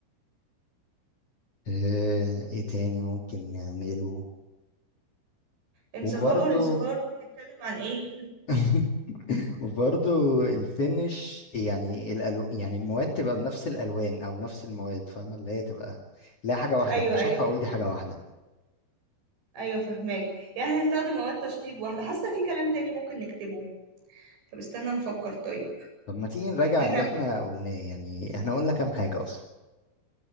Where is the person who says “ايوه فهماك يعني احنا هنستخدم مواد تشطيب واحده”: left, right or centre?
Right